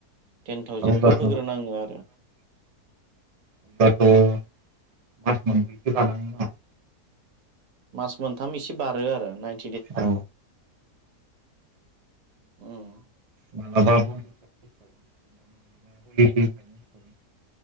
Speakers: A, on the right; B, on the right.
A: टेन थावजेनखो
B: अब्लाथ'
A: होग्रोनाङो आरो
B: होनब्लाथ' मास मोनब्रैसो लानाङो <unintelligible>
A: मास मोनथाम एसे बारो आरो नाइ
B: औ।
A: औ।
B: मालाबा हिसाबै <unintelligible>